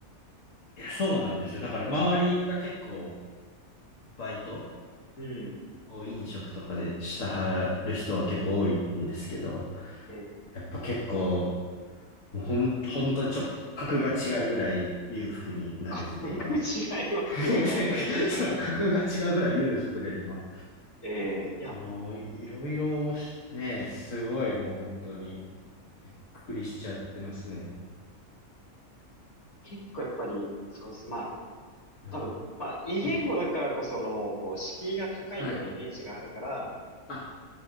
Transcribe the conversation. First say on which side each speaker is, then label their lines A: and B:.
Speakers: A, on the left (about 60°); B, on the left (about 85°).
A: あ、いや、そうなんですよ。だから周りが結構バイト
B: うん。
A: を飲食とかでしたはる人は結構多いんですけど、
B: で、
A: やっぱ結構、もうほん、本当にちょっと格が違うぐらい裕福になれてて今。
B: 価格違いますよね、
A: <laughs>
B: 本当に。
A: そう、格が違うぐらい裕福で今。
B: えー、いや、
A: ともうい、ろいろおもし、ねえ、すごい、もう本当に、びっくりしちゃってますね。
B: 結構やっぱり、そうです。まあ、
A: は
B: 多分、まあ、異言語だからこその、
A: い。<clears throat>
B: こう、敷居が高いようなイメージがあるから、
A: はい。あ、